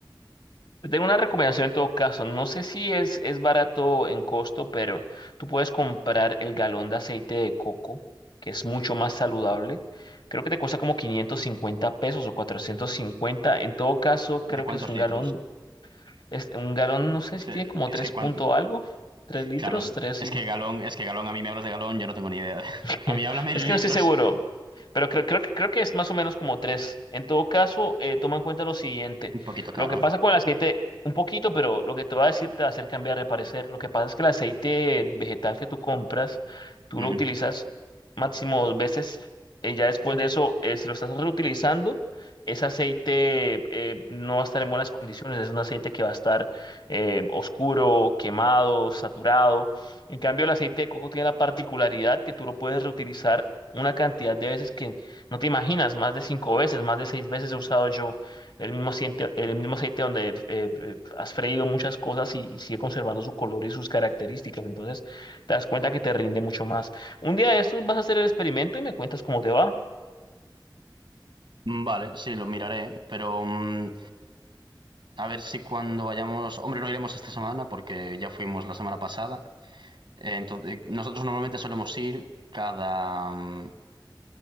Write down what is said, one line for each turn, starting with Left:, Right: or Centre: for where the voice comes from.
Left: Te tengo una recomendación en todo caso. No sé si es, es barato en costo, pero tú puedes comprar el galón de aceite de coco, que es mucho más saludable. Creo que te cuesta como 550 pesos o 450. En todo caso, creo
Right: ¿De cuántos
Left: que es un
Right: litros?
Left: galón. Es un galón, no sé si
Right: Fe-
Left: tiene como
Right: Es
Left: 3
Right: que cuando,
Left: punto algo, 3 litros,
Right: Claro,
Left: 3
Right: es que galón, es que galón, a mí me hablas de galón, yo no tengo ni idea de- <laughs>
Left: <laughs>
Right: A mí háblame en
Left: Es que
Right: litros.
Left: no estoy seguro, pero creo, creo que, creo que es más o menos como tres. En todo caso, eh, toma en cuenta lo siguiente.
Right: Un poquito caro,
Left: Lo que pasa
Right: ¿eh?
Left: con el aceite, un poquito, pero lo que te va a decir te va a hacer cambiar de parecer. Lo que pasa es que el aceite vegetal que tú compras, tú
Right: Ujú.
Left: lo utilizas máximo dos veces. eh, ya después de eso, eh, si lo estás reutilizando, ese aceite eh, no va a estar en buenas condiciones. Es un aceite que va a estar eh, oscuro, quemado, saturado. En cambio, el aceite de coco tiene la particularidad que tú lo puedes reutilizar una cantidad de veces que no te imaginas, más de cinco veces, más de seis veces he usado yo el mismo aceite, el mismo aceite donde eh, eh, has freído muchas cosas y, y sigue conservando su color y sus características. Entonces, te das cuenta que te rinde mucho más. Un día de estos vas a hacer el experimento y me cuentas cómo te va.
Right: Mm, Vale, sí, lo miraré, pero mm, a ver si cuando vayamos... Hombre, no iremos esta semana porque ya fuimos la semana pasada. Eh, Entonces, nosotros normalmente solemos ir cada... mm,